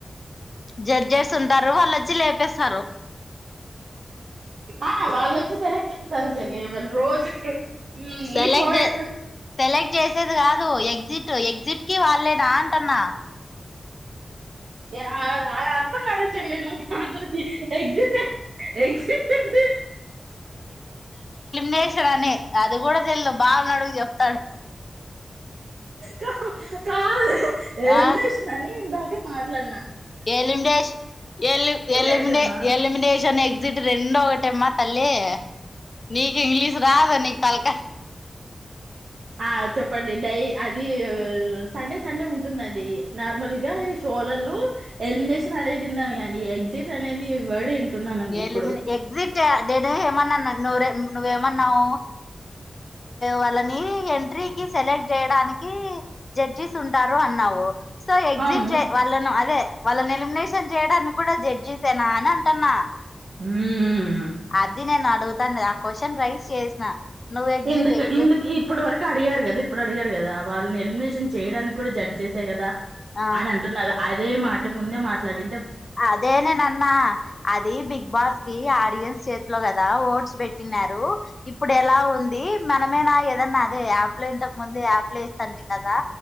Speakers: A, on the left; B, on the right.
A: జడ్జెస్ ఉంటారు వాళ్ళొచ్చి లే పేసారు
B: ఆ వాళ్ళొచ్చి సెలెక్ట్ చేస్తారు చెల్లి వాళ్ రోజు ఉమ్,
A: సెలెక్ట్
B: ఈ షో ఎట్లా
A: సెలెక్ట్ చేసేది కా లు ఎగ్జిట్ ఎగ్జిట్ కి వాళ్ళేనా అంటున్నా
B: ఆ అదర్థం కాలే చెల్లి నువ్ మాట్లాడే <unintelligible> ఎక్జిట్ ఎగ్సిట్ ఏంటి
A: నేషనని అది కూడా తెల్దు బావ నడుగు చెప్తాడు
B: కా కాదు ఎలిమినేషన్
A: ఆ
B: అని దా మట్లాడ్నా
A: ఎలిమినేష్ ఎలి ఎలిమినే
B: ఏంటమ్మా
A: ఎలిమినేషన్ ఎ గ్సిట్ రెండూ ఒకటేమ్మా తల్లి నీకు ఇంగ్లీష్ రాదు నీ తలకా
B: ఆ చెప్పండి డై అది సండే సండే ఉంటుందండి నార్మల్గా ఈ షోలల్లో ఎలిమినేషన్ అనేదిన్నను కానీ ఎగ్జిట్ అనేది వర్డ్ <unintelligible>
A: ఎలిమినే
B: ఇప్పుడు
A: ఎక్జిట్ అదేదే ఏమన్నన్ నువ్వే నువ్వేమన్నావు వాళ్ళని ఎంట్రీకి సెలెక్ట్ చేయడానికి జడ్జిస్ ఉంటారు అన్నావు సో ఎగ్జిట్
B: అవును
A: చే వాళ్ళను అదే వాళ్ళన్ ఎలిమినేషన్ చేయడానికి గుడా జడ్జిసేనా అని అంటున్నా
B: మ్మ్.
A: అద్ ఇది నేను అడుగుతాను ఆ క్వశ్చన్ రైస్ చేసిన నువ్వు ఎగ్జిట్
B: ఎందుకు
A: ఎగ్జిట్
B: ఇందుకు ఇప్పటి వరకు అడిగారు కదా ఇప్పుడు అడిగారు కదా వాళ్ళని ఎలిమినేషన్ చేయడానికి కూడా జడ్జ్ చేసాయి కదా
A: ఆ
B: అని అంటున్నదా అదే మాట ముందే మాట్లాడి
A: అదే నేన్ అన్నా అది బిగ్ బాస్కి ఆడియన్స్ చే త్లో కదా ఓట్స్ పెట్టినారు. ఇప్పుడెలా ఉంది మనమే నా ఏదన్న అదే ఆప్లైన్ తకు ముంది యాప్ ప్లేసంటీం కదా